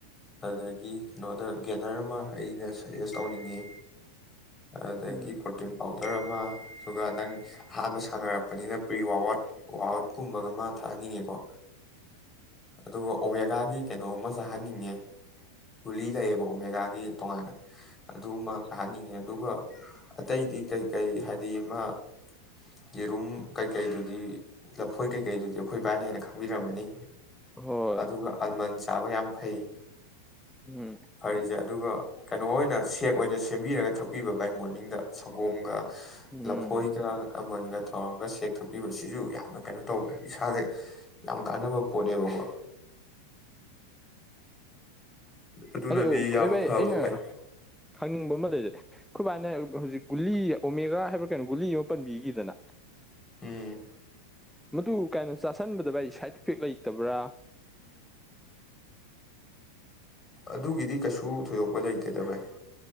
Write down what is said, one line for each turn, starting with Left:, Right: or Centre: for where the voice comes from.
Left: ꯑꯗꯨꯗꯒꯤ ꯀꯩꯅꯣꯗ ꯒꯦꯅꯔ ꯑꯃ ꯑꯩꯅ ꯁꯖꯦꯁ ꯇꯧꯅꯤꯡꯉꯤ ꯑꯗꯒꯤ
Centre: ꯎꯝ
Left: ꯄꯣꯔꯇꯤꯟ ꯄꯥꯎ ꯗꯔꯃ ꯑꯗꯨꯒ ꯅꯪ ꯑꯍꯥꯟꯕ ꯁꯥꯟꯅꯔꯛꯄ ꯀꯄꯅꯤꯅ ꯄ꯭ꯔꯤ ꯋꯥꯛ ꯋꯥꯛ ꯑꯣ ꯀꯨꯝꯕꯒ ꯑꯃ ꯊꯥꯍꯟꯅꯤꯡꯉꯦꯀꯣ ꯑꯗꯨꯒ ꯑꯣꯃꯦꯒꯥꯒꯤ ꯀꯩꯅꯣꯃ ꯆꯥꯍꯟꯅꯤꯡꯉꯦ ꯒꯨꯂꯤ ꯂꯩꯌꯦꯕ ꯑꯣꯃꯦꯒꯥꯒꯤ ꯇꯣꯉꯥꯟꯅ ꯑꯗꯨꯃ ꯇꯥꯍꯟꯅꯤꯡꯉꯦ ꯑꯗꯨꯒ ꯑꯇꯩꯗꯤ ꯀꯩ ꯀꯩ ꯍꯥꯏ ꯗꯤ ꯑꯃ ꯌꯦꯔꯨꯝ ꯀꯩꯀꯩꯗꯨꯗꯤ ꯂꯐꯣꯏ ꯀꯩꯀꯩꯗꯨꯗꯤ ꯑꯩꯈꯣꯏ ꯕꯥꯏꯅ ꯍꯦꯟꯅ ꯈꯪꯕꯤꯔꯝꯃꯅꯤ
Centre: ꯍꯣꯏ
Left: ꯑꯗꯨꯒ ꯑꯜꯃꯟꯁ ꯆꯥꯕ ꯌꯥꯝ ꯐꯩ
Centre: ꯎꯝ
Left: ꯐꯔꯤꯁꯦ ꯑꯗꯨꯒ ꯀꯩꯅꯣ ꯑꯣꯏꯅ ꯁꯦꯦꯛ ꯑꯣꯏꯅ ꯁꯦꯝꯕꯤꯔꯒ ꯊꯛꯄꯤꯕ ꯕꯥꯏ ꯃꯣꯔꯅꯤꯡꯗ ꯁꯪꯒꯣꯝꯒ ꯂꯐꯣꯏ
Centre: ꯎꯝ
Left: ꯆ ꯑꯃꯜꯒ ꯇꯧꯔꯒ ꯁꯦꯛ ꯊꯣꯛꯄꯤꯕ ꯁꯤꯁꯨ ꯌꯥꯝꯅ ꯀꯩꯅꯣ ꯇꯧꯕ ꯏꯁꯥꯗ ꯌꯥꯝ ꯀꯥꯟꯅꯕ ꯄꯣꯠꯅꯦꯕꯀꯣ ꯑꯗꯨꯅꯗꯤ
Centre: ꯑꯣ
Left: ꯌꯥꯝ
Centre: ꯑꯩꯚꯥꯏ
Left: ꯐꯕ
Centre: ꯑꯩꯅ
Left: ꯚꯥꯏ
Centre: ꯍꯪꯅꯤꯡꯕ ꯑꯃ ꯈꯨꯃꯥꯏꯅ ꯍꯧꯖꯤꯛ ꯒꯨꯂꯤ ꯑꯣꯃꯦꯒꯥ ꯍꯥꯏꯕ꯭ꯔꯥ ꯀꯩꯅꯣ ꯒꯨꯂꯤ ꯑꯃ ꯄꯟꯕꯤꯈꯤꯗꯅ
Left: ꯎꯝ
Centre: ꯃꯗꯨ ꯀꯅꯣ ꯆꯥꯁꯟꯕꯗ ꯚꯥꯏ ꯁꯥꯏꯠ ꯏꯐꯦꯛ ꯂꯩꯇꯕ꯭ꯔꯥ
Left: ꯑꯗꯨꯒꯤꯗꯤ ꯀꯩꯁꯨ ꯊꯣꯏꯗꯣꯛꯄ ꯂꯩꯇꯦꯗ ꯚꯥꯏ